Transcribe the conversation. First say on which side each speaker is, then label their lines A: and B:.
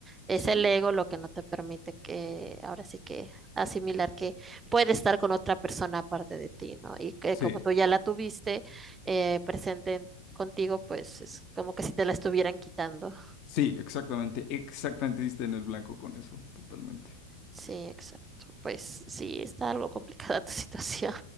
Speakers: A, on the right (about 15°); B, on the left (about 40°).
A: Es
B: sí,
A: el ego lo que no te permite que, ahora sí que asimilar que puede estar con otra persona aparte de ti, ¿no? Y que
B: sí,
A: como tú ya la tuviste eh, presente en- contigo, pues es como que si te la estuvieran quitando.
B: sí, exactamente, exactamente diste en el blanco con eso, totalmente.
A: Sí, exacto. Pues sí, está algo complicada tu <laughs> situación.